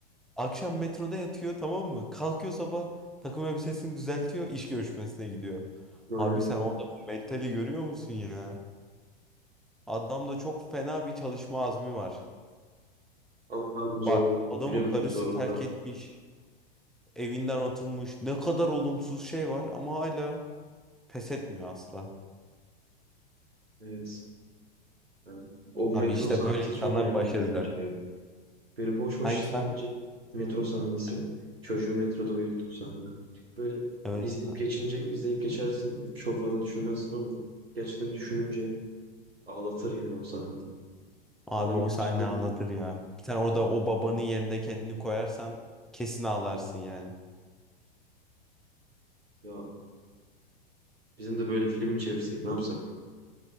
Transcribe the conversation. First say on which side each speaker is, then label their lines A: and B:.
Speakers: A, in the centre; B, on the right.
A: Akşam metroda yatıyor tamam mı? Kalkıyor sabah takım elbisesini düzeltiyor iş görüşmesine gidiyor.
B: Aynen
A: Abi
B: öyle.
A: sen o adamın mentali görüyor musun ya? Adamda çok fena bir çalışma azmi var.
B: Ama adam zorunda,
A: Bak adamı
B: biliyor musun?
A: karısı
B: Zorunda.
A: terk etmiş, evinden atılmış. Ne kadar olumsuz şey var ama hala pes etmiyor asla.
B: Evet. Yani o metro
A: Abi işte
B: sahnesi
A: böyle insanlar
B: çok önemliydi
A: başarılı.
B: bence ya. Böyle boş
A: Hangi
B: boş izleyince
A: sahne?
B: metro sahnesi. Çocuğu metroda uyuttuğu sahne. Böyle
A: Evet.
B: izleyip
A: ya.
B: geçince, izleyip geçersin. Çok fazla düşünmezsin ama gerçekten düşününce ağlatır yani o sahne.
A: Abi
B: Adam
A: o
B: gerçekten
A: sahne ağlatır ya. Sen orada
B: <laughs>
A: o babanın yerine kendini koyarsan kesin ağlarsın yani.
B: ya bizim de böyle film mi çevirsek ne yapsak?